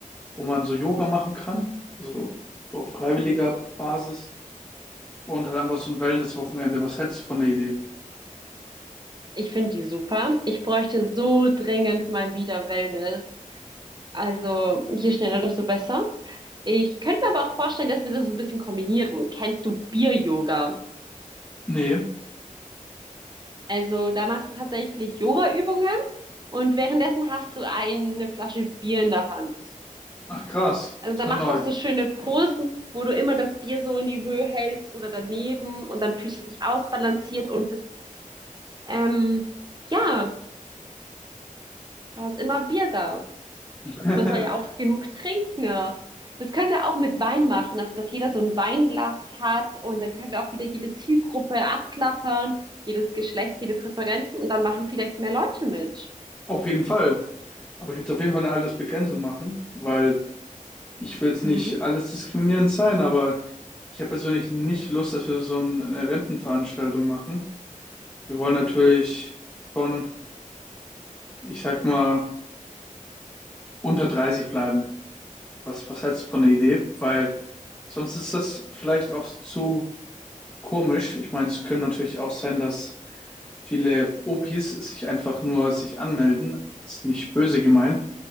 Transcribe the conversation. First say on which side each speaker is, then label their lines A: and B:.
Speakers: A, on the left; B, on the right.
A: wo man so Yoga machen kann, also so auf freiwilliger Basis und halt einfach so ein Wellness-Wochenende. Was hältst du von der Idee?
B: Ich finde die super. Ich bräuchte so dringend mal wieder Wellness. Also je schneller, desto besser. Ich könnte mir aber auch vorstellen, dass wir das so ein bisschen kombinieren. Kennst du Bier-Yoga?
A: Nee,
B: Also da machst du tatsächlich Yoga-Übungen und währenddessen hast du eine Flasche Bier in der Hand.
A: ach krass,
B: Also
A: das
B: da
A: ist mir
B: machst
A: neu.
B: du auch so schöne Posen, wo du immer das Bier so in die Höhe hältst oder daneben und dann fühlst du dich ausbalanciert und bist, ähm, ja, du hast immer Bier da.
A: <laughs>
B: Man soll ja auch genug trinken. Das können wir auch mit Wein machen, also dass jeder so ein Weinglas hat und dann können wir auch wieder jede Zielgruppe abklappern, jedes Geschlecht, jede Präferenzen und dann machen vielleicht mehr Leute mit.
A: Auf jeden Fall. Aber ich würde auf jeden Fall eine Altersbegrenzung machen, weil ich will jetzt
B: Mhm.
A: nicht alles diskriminierend sein, aber ich habe persönlich nicht Lust, dass wir so eine Rentenveranstaltung machen. Wir wollen natürlich schon, ich sag mal, unter 30 bleiben. Was, was hältst du von der Idee? Weil sonst ist das vielleicht auch zu komisch. Ich meine, es können natürlich auch sein, dass viele Opis sich einfach nur sich anmelden. Ist nicht böse gemeint.